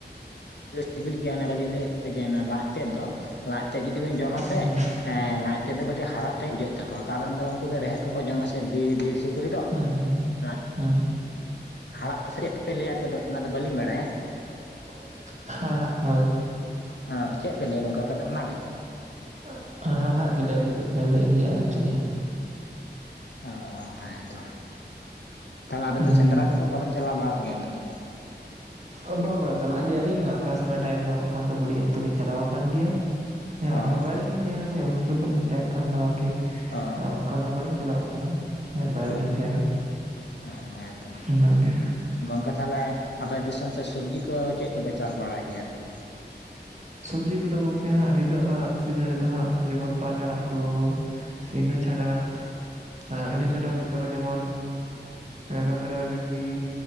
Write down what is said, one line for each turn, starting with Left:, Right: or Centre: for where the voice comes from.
Left: ᱥᱤᱵᱤᱞ ᱜᱮᱭᱟ ᱚᱱᱟ ᱵᱟᱟᱹᱞᱤᱧ ᱞᱟᱹᱭᱮᱫ ᱛᱮ ᱡᱮ ᱞᱟᱡ ᱛᱮᱫ ᱫᱚ ᱞᱟᱡ ᱛᱮᱫ ᱡᱩᱫᱤ ᱵᱤᱱ ᱡᱚᱢ ᱟᱥᱮ
Right: ᱦᱩᱸ
Left: ᱮᱸ ᱞᱟᱡ ᱛᱮᱫ ᱫᱚ ᱠᱟᱹᱴᱤᱡ ᱦᱟᱲᱦᱟᱜ ᱛᱮ ᱵᱩᱡᱟᱹᱜ ᱛᱟᱠᱚᱣᱟ ᱠᱟᱨᱚᱱ ᱫᱚ ᱩᱱᱠᱩ ᱨᱮᱦᱮᱫ ᱠᱚ ᱠᱚ ᱡᱚᱢᱟ ᱥᱮ ᱵᱤᱨ ᱵᱤᱨ ᱥᱩᱠᱨᱤ ᱫᱚ
Right: ᱦᱩᱸ ᱦᱩᱸ
Left: ᱾
Right: ᱦᱩᱸ
Left: <inaudible> ᱚᱱᱟ ᱫᱚ ᱵᱟᱹᱞᱤᱧ ᱵᱟᱲᱟᱭᱟ᱾
Right: ᱚᱱᱟ ᱫᱚ ᱵᱟᱞᱤᱧ ᱵᱟᱲᱟᱭᱟ ᱦᱟᱲᱦᱟᱜ ᱦᱳᱭ ᱾
Left: ᱚᱸ ᱪᱮᱫ ᱯᱮ ᱞᱟᱹᱭᱟ ᱜᱚᱝᱠᱮ? ᱟᱯᱮ ᱫᱚ ᱚᱱᱟᱜᱮ
Right: <inaudible> ᱦᱟᱦᱟᱲᱟᱜ ᱜᱮᱞᱮ ᱵᱩᱡᱷᱟᱹᱜ ᱠᱟᱱᱟ ᱞᱟᱹᱭ ᱜᱮᱭᱟ ᱮᱠᱪᱩᱞᱤ᱾
Left: ᱚ ᱦᱮᱸ ᱛᱚᱵᱮ, ᱛᱟᱦᱚᱞᱮ ᱟᱵᱮᱱ
Right: ᱦᱩᱸ᱾
Left: ᱫᱚ ᱥᱮᱸᱫᱽᱨᱟ ᱠᱚᱫᱚ ᱵᱟᱵᱮᱱ ᱪᱟᱞᱟᱣ ᱵᱟᱲᱟᱜ ᱜᱮᱭᱟ ᱩᱱᱟᱹᱜ ᱫᱚ ᱾
Right: <inaudible> ᱵᱟ ᱵᱟ ᱪᱟᱞᱟᱜ ᱜᱮᱭᱟᱞᱤᱧ ᱚᱠᱟ ᱥᱚᱢᱚᱭ ᱴᱟᱭᱤᱢ ᱧᱟᱢᱚᱜ ᱠᱷᱟᱱ ᱫᱚ ᱦᱩᱰᱤᱧ ᱚᱠᱛᱚ ᱞᱤᱧ ᱪᱟᱞᱟᱣ ᱠᱟᱱ ᱜᱮᱭᱟ ᱾ ᱦᱮᱸ ᱟᱫᱚ
Left: ᱚ
Right: ᱦᱟᱸᱜ
Left: ᱚ
Right: ᱵᱟᱭᱨᱮ ᱞᱤᱧ ᱛᱟᱦᱮᱸᱱᱟ ᱥᱮ ᱦᱳᱥᱴᱮᱞ ᱠᱚ ᱨᱮᱞᱤᱧ ᱛᱟᱦᱮᱸᱱ ᱠᱷᱟᱱ ᱫᱚ ᱟᱨᱠᱤ
Left: ᱚ
Right: ᱟᱸ ᱚᱝᱠᱟ ᱫᱚ ᱦᱟᱸᱜ ᱵᱟᱹᱞᱤᱧ ᱪᱟᱞᱟᱣ ᱟᱠᱟᱱᱟ ᱾ ᱦᱮᱸ ᱵᱟᱭᱨᱮ
Left: ᱚ
Right: ᱞᱤᱧ ᱛᱟᱦᱮᱸᱱᱟ,
Left: ᱚ ᱦᱮᱸ ᱛᱚ
Right: ᱚᱱᱟ ᱜᱮ ᱾
Left: ᱜᱚᱝᱠᱮ ᱛᱟᱦᱚᱞᱮ ᱟᱯᱮ ᱫᱤᱥᱚᱢ ᱥᱮᱫ ᱥᱚᱵᱡᱤ ᱠᱚ ᱪᱮᱫ ᱠᱚᱯᱮ ᱪᱟᱥ ᱵᱟᱲᱟᱭ ᱜᱮᱭᱟ ᱟᱨᱠᱤ?
Right: ᱥᱚᱵᱽᱡᱤ ᱠᱚᱫᱚ ᱜᱚᱝᱠᱮ ᱦᱟᱸᱜ ᱱᱤᱛᱚᱜ ᱥᱤᱡᱤᱱ ᱨᱮᱫᱚ ᱦᱟᱸᱜ ᱠᱷᱟᱱ ᱡᱮᱢᱚᱱ ᱯᱟᱴ ᱟᱲᱟᱜ ᱠᱚ, ᱤᱱᱟᱹ ᱪᱷᱟᱰᱟ, ᱤᱱᱟᱹ ᱪᱷᱟᱰᱟ ᱦᱩᱭᱩᱜ ᱠᱟᱱᱟ ᱡᱮᱢᱚᱱ ᱮᱞᱚᱵᱮᱨᱟ, ᱵᱷᱮᱱᱰᱤ